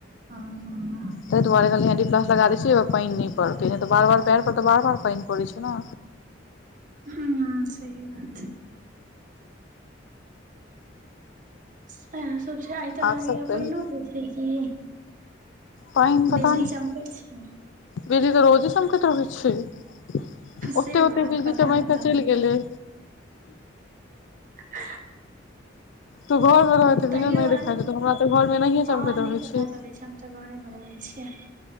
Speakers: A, on the right; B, on the left.
A: हँ
B: तहि दुआरे जल्दी जल्दी काम करा दैय छियै ओइ मे पानि नहि पड़तै। तहिया तऽ बार बार पैर पर तऽ बार बार पानि पड़ै छैय ने।
A: हँ सही बात। सेह सब छैय आइ तऽ लागैये
B: आर सब
A: पानियों
B: कही
A: पड़तै की।
B: पानि पता
A: बिजली
B: नहि
A: चमकै छैय।
B: बिजली तऽ रोजे चमकैत रहैत छैय।
A: से
B: ओते ओते
A: बात
B: बिजली
A: पता
B: चमैक
A: नहि
B: के
A: तहन
B: चलि गेलै।
A: तऽ <inaudible>
B: तू घर मे रहै तऽ
A: तैयो
B: बिना नहि
A: आय
B: देखाइत हेतौ हमरा तऽ घर मे एनाहिये
A: हाँ
B: चमकैत
A: नहि
B: रहै
A: पता
B: छै
A: चलै छैय हम त घरे मे रहै छियै। <inaudible>